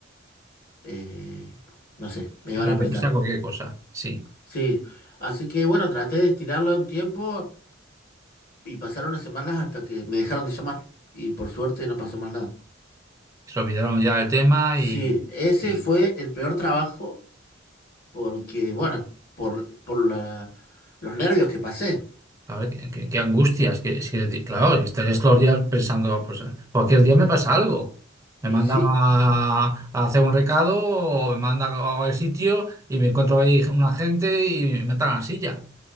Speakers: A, on the left; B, on the right.
A: eh, no sé, me iban
B: ya
A: a
B: puede
A: apretar.
B: gusta cualquier cosa, sí.
A: Sí, así que bueno, traté de estirarla un tiempo y pasaron unas semanas hasta que me dejaron de llamar y por suerte no pasó más nada.
B: Se olvidaron ya del tema
A: Sí,
B: y,
A: ese
B: y,
A: fue el peor trabajo porque, bueno, por, por la, los nervios que pasé.
B: a ver, qué, qué- qué angustia. que, es que, claro, estarías todos los días pensando, pues, cualquier día me pasa algo. Me
A: Y
B: mandan
A: sí,
B: a, a hacer un recado o me mandan a el sitio y me encuentro ahí un agente y me matan a la silla.